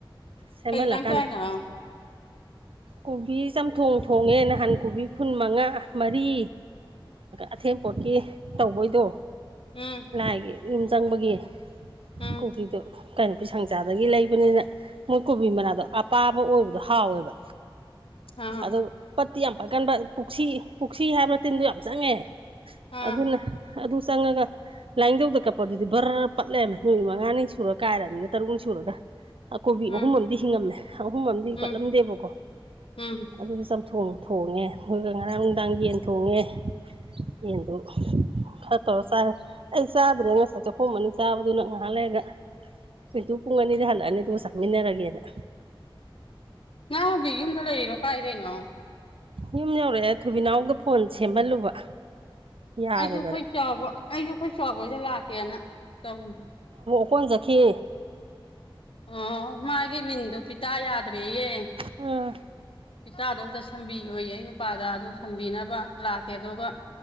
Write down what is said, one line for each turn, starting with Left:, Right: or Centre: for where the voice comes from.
Right: ꯁꯦꯝꯍꯜꯂꯀꯥꯟꯗ
Left: ꯀꯩ ꯏꯟꯁꯥꯡ ꯆꯥꯏꯅ‌ꯣ
Right: ꯀꯣꯕꯤ ꯆꯝꯊꯣꯡ ꯊꯣꯡꯉꯦ ꯅꯍꯟ ꯀꯣꯕꯤ ꯐꯨꯟ ꯃꯉꯥ ꯃꯔꯤ ꯑꯊꯦꯝꯄꯣꯠꯀꯤ ꯇꯧꯕꯩꯗꯣ
Left: ꯎꯝ
Right: ꯂꯥꯏꯒꯤ ꯌꯨꯝ ꯆꯪꯕꯒꯤ
Left: ꯎꯝ
Right: ꯀꯣꯕꯤꯗ‌ꯣ ꯀꯩꯅꯣ ꯄꯩꯁꯪ ꯆꯥꯕꯒꯤ ꯂꯩꯕꯅꯤꯅ ꯃꯣꯏ ꯀꯣꯕꯤ ꯃꯅꯥꯗꯣ ꯑꯄꯥꯕ ꯑꯣꯏꯕꯗꯣ ꯍꯥꯎꯋꯦꯕ
Left: ꯑ
Right: ꯑꯗꯨ ꯄꯠꯇꯤ ꯌꯥꯝ ꯄꯠꯀꯟꯕ ꯄꯨꯛꯁꯤ ꯄꯨꯛꯁꯤ ꯍꯥꯏꯕ꯭ꯔ ꯇꯤꯟꯗ‌ꯣ ꯌꯥꯝ ꯆꯪꯉꯦ
Left: ꯑ
Right: ꯑꯗꯨꯅ ꯑꯗꯨ ꯆꯪꯉꯒ ꯂꯥꯏꯅꯤꯡꯊꯧꯗ ꯀꯠꯄꯗꯨꯗꯤ ꯕꯔ ꯄꯠꯂꯦ ꯂꯩꯔꯝꯃꯦ ꯅꯨꯃꯤꯠ ꯃꯉꯥꯅꯤ ꯁꯨꯔ ꯀꯥꯏꯔꯅꯤ ꯇꯔꯨꯛꯅꯤ ꯁꯨꯔꯒ ꯑ ꯀꯣꯕꯤ
Left: ꯎꯝ
Right: ꯑꯍꯨꯝ ꯑꯝꯗꯤ ꯍꯤꯡꯉꯝꯃꯦ ꯑꯍꯨꯝ ꯑꯝꯗꯤ
Left: ꯎꯝ
Right: ꯄꯠꯂꯝꯗꯦꯕꯀꯣ
Left: ꯎꯝ
Right: ꯑꯗꯨꯗꯤ ꯆꯝꯊꯣꯡ ꯊ‌ꯣꯡ ꯊꯣꯡꯉꯦ ꯑꯗꯨꯒ ꯉꯔꯥꯡ ꯅꯨꯡꯗꯥꯡ ꯌꯦꯟ ꯊꯣꯡꯉꯦ ꯌꯦꯟꯗꯨ ꯈꯔ ꯇꯧꯔ ꯆꯥꯔ‌ꯦ ꯑꯩ ꯆꯥꯗ꯭ꯔꯦ ꯉꯁꯥꯏ ꯆꯥꯛꯈꯣꯝ ꯑꯅꯤ ꯆꯥꯕꯗꯨꯅ ꯉꯥꯏꯍꯥꯛ ꯂꯩꯔꯒ ꯃꯤꯠꯇꯨ ꯄꯨꯡ ꯑꯅꯤꯗ ꯍꯜꯂꯛꯑꯅꯤꯗꯨ ꯆꯠꯃꯤꯟꯅꯔꯒꯦꯅ
Left: ꯅꯍ ꯍꯕꯤ ꯌꯨꯝꯗ ꯂꯩꯔꯤꯅꯣ ꯀꯥꯏꯗꯩꯅꯣ
Right: ꯌꯨꯝ ꯌꯧꯔꯛꯑꯦ ꯊꯨꯕꯤꯅꯥꯎꯗ ꯐꯣꯟ ꯁꯦꯝꯍꯜꯂꯨꯕ ꯌꯥꯗꯗꯅ
Left: ꯑꯩꯁꯨ ꯑꯩꯈꯣꯏ ꯆꯥꯎꯕ ꯑꯩꯁꯨ ꯑꯩꯈꯣꯏ ꯆꯥꯎꯕꯗ ꯂꯥꯛꯀꯦꯅ ꯇꯧꯔꯤ
Right: ꯀꯣꯟ ꯆꯈꯤ
Left: ꯑꯣ ꯃꯥꯒꯤ ꯃꯤꯟꯗꯨꯣ ꯄꯤꯇꯥ ꯌꯥꯗ꯭ꯔꯦꯌꯦ
Right: ꯑꯥ
Left: ꯏꯆꯥꯗꯣ ꯑꯝꯇ ꯁꯝꯕꯤ ꯑꯣꯏꯌꯦ ꯑꯩ ꯅꯨꯄꯥꯗ ꯑꯗꯨꯝ ꯁꯝꯕꯤꯅꯕ ꯂꯥꯛꯀꯦ ꯑꯗꯨꯒ